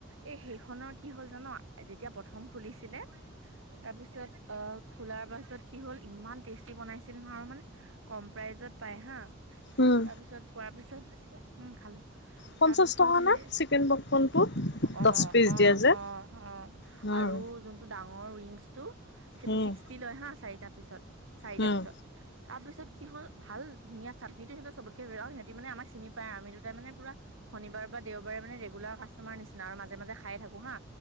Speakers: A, on the right; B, on the left.
A: এই সেইখনৰ কি হ'ল জান? যেতিয়া প্ৰথম খুলিছিলে, তাৰপিছত অ, খোলাৰ পাছত কি হ'ল ইমান টেষ্টি বনাইছিল নহয় মানে কম প্ৰাইজত পায় হা।
B: উম
A: তাৰ পিছত পোৱাৰ পিছত, উম খালোঁ।
B: পঞ্চাছ
A: তাৰপিছত
B: টকা
A: হেই
B: নে চিকেন পপকৰ্ণটো
A: অ',
B: দহ পিচ
A: অ',
B: দিয়ে যে
A: অ', অ',
B: উম
A: আৰু যোন টো ডাঙৰ উইংছ টো সেইটো
B: উম
A: ছিক্সটি লয় হা চাৰিটা পিছত-চাৰিটা
B: উম
A: পিছত। তাৰপিছত কি হল ভাল ধুনীয়া চাত্নিটো সিহঁত চবতকে বিৰাও সিহঁতি মানে চিনি পাই আৰু আমিতো মানে পুৰা শনিবাৰ বা দেওবাৰে মানে ৰেগুলাৰ কাষ্টমাৰ নিচিনা আৰু মাজে-মাজে খাই থাকো হা।